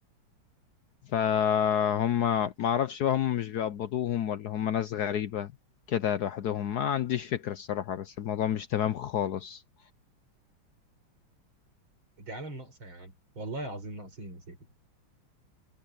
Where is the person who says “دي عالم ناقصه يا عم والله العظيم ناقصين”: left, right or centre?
Right